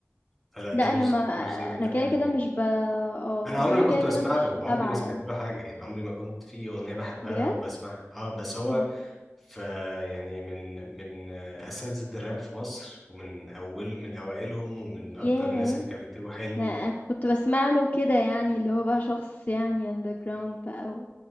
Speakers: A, in the centre; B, on the left.
A: فلا
B: لا
A: ده مش
B: انا ما
A: ده مش زي ده تماما
B: انا كده كده
A: يعني
B: مش ب اه
A: انا
B: بس
A: عمري
B: انا
A: ما كنت
B: كده
A: بسمع
B: كده مش
A: له
B: متابعة
A: عمري ما سمعت
B: يعني
A: له حاجه يعني عمري ما كنت في اغنيه بحبها
B: بجد
A: وبسمعها اه بس هو
B: مم.
A: ف يعني من من اساتذه الراب في مصر ومن اول من اوائلهم ومن اكتر
B: ياه
A: الناس اللي كانوا بيكتبوا حلو
B: لا انا كنت بسمع له كده يعني اللي هو بقى شخص يعني underground بقى